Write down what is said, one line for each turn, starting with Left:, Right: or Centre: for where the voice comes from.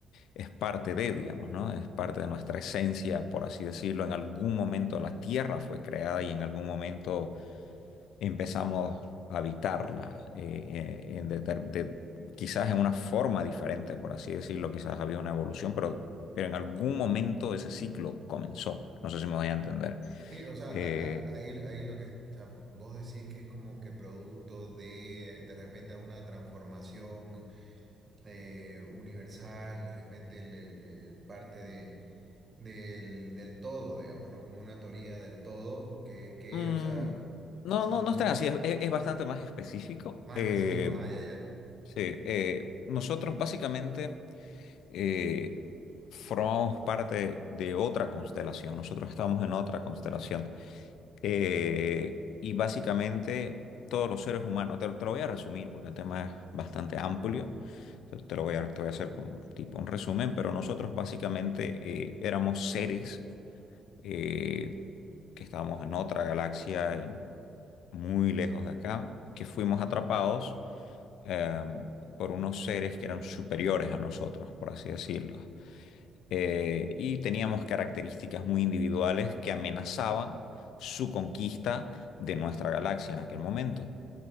Left: es parte de, digamos, ¿no? Es parte de nuestra esencia, por así decirlo. En algún momento la Tierra fue creada y en algún momento empezamos a habitarla, eh, eh, en deter- de- quizás en una forma diferente, por así decirlo, quizás había una evolución, pero,
Right: Mm.
Left: pero en algún momento ese ciclo comenzó. No sé si me voy a entender.
Right: Sí, o sea,
Left: Eh,
Right: a- a- ahí, ahí lo que, o sea, vos decís que es como que producto de de repente alguna transformación. eh, universal, de repente el- el- el parte de, del, del todo, digamos, ¿no? Como una teoría del todo, que, que,
Left: Mm,
Right: o sea,
Left: no,
Right: son
Left: no, no es tan así, es, es- es bastante más específico.
Right: más
Left: Eh,
Right: específicos, ah, ya, ya,
Left: sí, eh, nosotros básicamente eh, formamos parte de otra constelación, nosotros estamos en otra constelación. Eh, y básicamente todos los seres humanos, te, te lo voy a resumir porque el tema es bastante amplio, entonces te lo voy a, te voy a hacer como tipo un resumen, pero nosotros básicamente eh, éramos seres eh, que estábamos en otra galaxia, en- muy lejos de acá, que fuimos atrapados eh, por unos seres que eran superiores a nosotros, por así decirlo eh, y teníamos características muy individuales que amenazaban su conquista de nuestra galaxia en aquel momento.